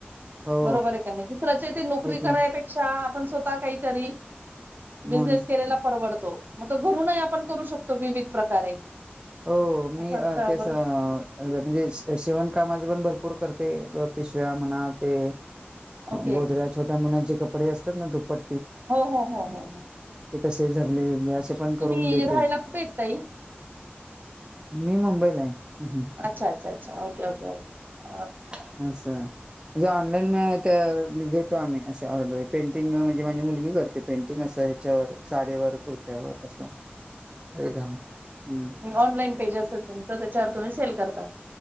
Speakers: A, on the right; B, on the right.
A: हो
B: बरोबर आहे का नाही दुसऱ्याच्या इथे नोकरी
A: एक
B: करायपेक्षा आपण स्वतः काहीतरी बिझनेस
A: मग
B: केलेला परवडतो मग तो घरून आपण करू शकतो विविध प्रकारे
A: हो मी
B: असं असतं
A: त्याच
B: बरोबर
A: म्हणजे शिवण कामा पण भरपूर करते पिशव्या म्हणा ते
B: ओके
A: गोधड्या छोट्या मुलांचे कपडे असतात ना दुपट
B: हो हो हो हो हो
A: ते तसे जमणे बिमणे असे पण
B: तुम्ही
A: करून देते
B: राहायला कुठे आहेत ताई
A: मी मुंबईला आहे. हं.
B: अच्छा अच्छा अच्छा ओके ओकेओकके.
A: अच्छा म्हण जे ऑनलाईन म त्या घेतो आम्ही अशा ऑर्डर पेंटिंग म्हणजे माझी मुलगी करते पेंटिंग असं ह्याच्यावर साडीवर कुर्त्यावर असं एकदा ह्
B: ऑनलाइन पेज अस तुमचं त्याच्यावर तुम्ही सेल करता